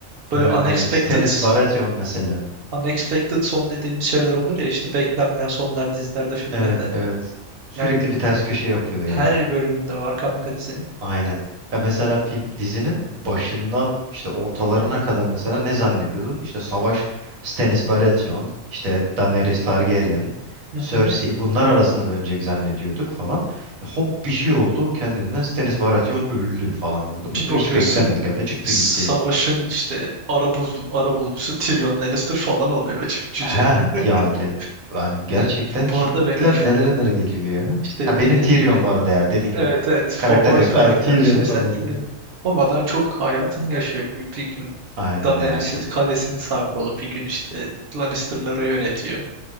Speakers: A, on the right; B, on the right.
A: Böyle
B: Evet
A: unexpected
B: evet. Stannis Baratheon mesela.
A: Unexpected son dediğimiz şeyler olur ya işte beklenmeyen sonlar dizilerde, filmlerde.
B: Evet evet. Sürekli
A: Yani
B: bir ters köşe yapıyor
A: her
B: ya.
A: bölümünde var kanka dizinin.
B: Aynen. Ya mesela film dizinin başından işte ortalarına kadar mesela ne zannediyordun? İşte Savaş Stannis Baratheon, işte Daenerys Targaryen,
A: Hı
B: Cersei
A: hı.
B: bunlar arasında dönecek zannediyorduk falan. E, Hop bir şey oldu kendinden Stannis Baratheon öldü falan anladın mı?
A: Bir
B: Tüh,
A: bakıyorsun
B: Hiç beklenmedik halde çıktı gitti.
A: savaşın işte arabul arabulucusu Tyrion Lannister falan oluyor cü- cüce.
B: Heh yani
A: <laughs>
B: yani gerçekten kimler
A: Bu arada benim
B: nelere nelere geliyor ya.
A: işte
B: Ha
A: dediğim
B: benim Tyrion
A: gibi
B: bu arada ya dediğin gibi.
A: evet evet
B: Karakter
A: favori
B: gerçekten
A: karakter
B: aynen Tyrion
A: şimdi
B: falan.
A: sen
B: harbiden.
A: Tyrion. O adam çok hayatını yaşıyor. Bir, bir gün
B: Aynen
A: Daenerys
B: ya çok
A: kalesini sağ kolu, bir gün işte Lannister'ları yönetiyor.